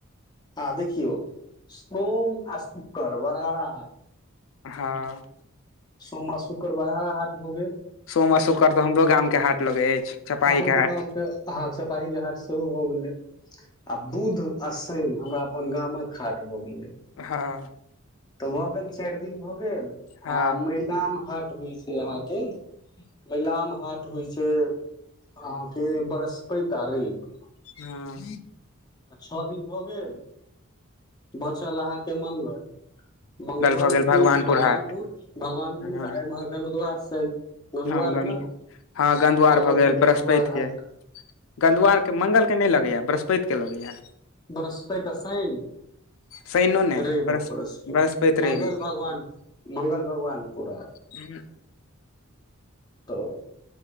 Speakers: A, on the left; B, on the left.
A: आ सोम आ शुकर बरहरा
B: हँ
A: सोम आ शुक्र बारहा हाट भऽ गेल
B: सोम आ शुक्र तो हमरो गाम के हाट लगय अछि चपाही
A: अहूँ के
B: हाट
A: गामके हँ सपाही जे हाट सेहो भऽ गेलै आ बुध आ शनि हमरा अपन गाम मे हाट भऽ गेले
B: हँ
A: भऽ गेल चारि दिन भऽ गेल
B: हँ
A: आ मैनान हाट होइ छै अहाँ के बैलाम हाट होइ छै अहाँके बरस्पति आ रैव
B: हँ
A: आ छ दिन भऽ गेल बचल अहाँके मंगल मंगल
B: भऽ गेल
A: द भगवानपुर
B: हाट
A: भगवानपुर
B: हँ
A: आयमहर गंगद्वार साइड गंगद्वार
B: हँ गंद
A: ने
B: हँ गन्धआर
A: मंगल
B: भऽ गेल
A: दिन
B: बृहस्पति
A: द्वार हाट
B: के गधवारके मंगल के नहि लगैए बृहस्पति के लगैए
A: बृहस्पति और शनि
B: शैनो ने
A: रे
B: बृहस्
A: बापस
B: बृहस्पति
A: मंगल
B: रवि
A: भगवान मंगल भगवान पूरा
B: हँ
A: तऽ